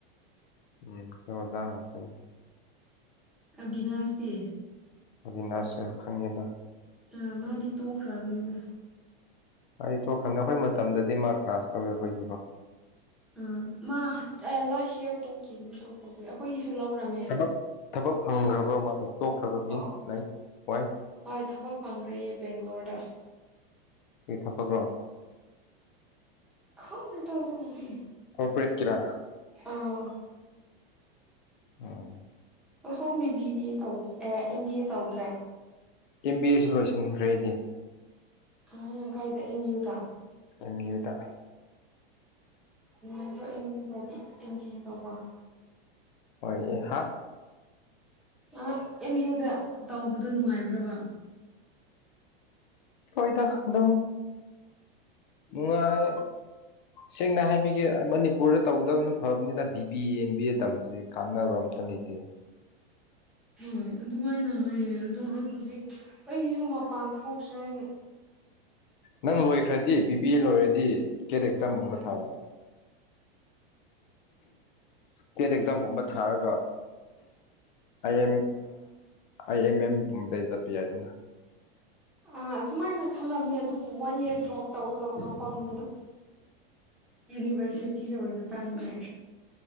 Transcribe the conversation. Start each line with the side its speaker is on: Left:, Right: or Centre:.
Left: ꯎꯝ ꯑꯩꯈꯣꯏ ꯑꯣꯖꯥ ꯉꯥꯛꯇꯅꯦ ꯑꯗꯨ
Centre: ꯑꯕꯤꯅꯥꯁꯇꯤ
Left: ꯑꯕꯤꯅꯥꯁꯨ ꯈꯪꯉꯦꯗ
Centre: ꯑꯥ ꯃꯥꯗꯤ ꯇꯣꯛꯈ꯭ꯔꯕꯅꯤꯗ
Left: ꯍꯥꯏꯗꯤ ꯇꯣꯛꯈ꯭ꯔꯕꯅꯤ ꯑꯩꯈꯣꯏ ꯃꯇꯝꯗꯗꯤ ꯃꯥ ꯀ꯭ꯂꯥꯁ ꯇꯧꯋꯦ ꯑꯩꯈꯣꯏꯒꯤꯀꯣ
Centre: ꯑ ꯃꯥ ꯂꯥꯁ ꯏꯌꯥꯔ ꯇꯣꯛꯈꯤꯕꯅꯦ ꯇꯣꯛꯄꯕꯨꯗꯤ ꯑꯩꯈꯣꯏꯒꯤꯁꯨ ꯂꯧꯔꯝꯃꯦ
Left: ꯊꯕꯛ ꯊꯕꯛ ꯐꯪꯈ꯭ꯔꯕ꯭ꯔꯣ
Centre: ꯑꯩꯈꯣꯏ
Left: ꯃꯥꯗꯣ ꯇꯣꯛꯈ꯭ꯔꯕ ꯃꯤꯟꯁ
Centre: ꯑꯣ
Left: ꯂꯥꯏꯛ ꯋꯥꯏ
Centre: ꯍꯣꯏ ꯊꯕꯛ ꯐꯪꯈ꯭ꯔꯦꯌꯦ ꯕꯦꯡꯒ꯭ꯂꯣꯔꯗ
Left: ꯀꯩ ꯊꯛꯕꯛꯂ
Centre: ꯈꯪꯗꯦꯗ ꯑꯗꯨꯕꯨꯗꯤ
Left: ꯀꯣꯄ꯭ꯔꯦꯠꯀꯤꯔꯥ
Centre: ꯑꯣ
Left: ꯑꯥ
Centre: ꯁꯣꯝꯗꯤ ꯕꯤꯕꯤ ꯑꯦ ꯇꯧ ꯑꯦ ꯑꯦꯝ ꯕꯤ ꯑꯦ ꯇꯧꯗ꯭ꯔꯦ
Left: ꯑꯦꯝ ꯕꯤ ꯑꯦꯁꯨ ꯂꯣꯏꯁꯤꯟꯈ꯭ꯔꯦ ꯑꯩꯗꯤ
Centre: ꯑ ꯀꯥꯏꯗ ꯑꯦꯝ ꯌꯨ ꯗ
Left: ꯑꯦꯝ ꯌꯨ ꯗ
Centre: ꯅꯨꯡꯉꯥꯏꯕ꯭ꯔꯣ ꯑꯦꯝ ꯕꯤ ꯑꯦ ꯇꯧꯕꯤ ꯑꯦꯝ ꯕꯤ ꯑꯦ ꯇꯧꯕ
Left: ꯍꯣꯏ ꯑꯦ ꯍꯥꯥ
Centre: ꯑ ꯑꯦꯝ ꯌꯨꯗ ꯇꯧꯕꯗꯣ ꯅꯨꯡꯉꯥꯏꯕ꯭ꯔꯕ
Left: ꯍꯣꯏꯗ ꯑꯗꯨꯝ ꯅꯨꯡꯉꯥꯏ ꯁꯦꯡꯅ ꯍꯥꯏꯕꯤꯒꯦ ꯃꯅꯤꯄꯨꯔꯗ ꯇꯧꯗꯕꯅ ꯐꯕꯅꯤꯗ B B A M B A ꯇꯝꯕꯁꯦ ꯀꯥꯟꯅꯕꯝ ꯇ ꯂꯩꯇꯦꯗ
Centre: <inaudible> ꯍꯣꯏ ꯑꯗꯨꯃꯥꯏꯅ ꯍꯥꯏꯌꯦ ꯑꯗꯣ ꯑꯩ ꯍꯧꯖꯤꯛ ꯑꯩꯁꯨ ꯃꯄꯥꯟ ꯊꯣꯛꯁꯤꯔꯅ
Left: ꯅꯪ ꯂꯣꯏꯈ꯭ꯔꯗꯤ ꯕꯤ ꯕꯤ ꯑꯦ ꯂꯣꯏꯔꯗꯤ ꯀꯦꯠ ꯑꯦꯛꯖꯥꯝꯒꯨꯝꯕ
Centre: ꯑꯥ
Left: ꯊꯥꯎ ꯇꯦꯠ ꯑꯦꯛꯖꯥꯝꯒꯨꯝꯕ ꯊꯥꯔꯒ ꯑꯩ ꯑꯦꯝ ꯑꯩ ꯑꯦꯝ ꯑꯦꯝ ꯄꯨꯝꯕꯗ ꯆꯠꯄ ꯌꯥꯏꯗꯅ
Centre: ꯑꯥ ꯑꯗꯨꯃꯥꯏꯅ ꯈꯜꯂꯝꯃꯦ ꯑꯗꯨꯕꯨ ꯋꯥꯟ ꯏꯌꯥꯔ ꯗ꯭ꯔꯣꯞ ꯇꯧꯕꯗꯧꯗꯣ ꯄꯝꯝꯃꯨꯕꯒꯤ ꯌꯨꯅꯤꯚꯔꯁꯤꯇꯤꯗ ꯑꯣꯏꯅ ꯆꯪꯉꯦ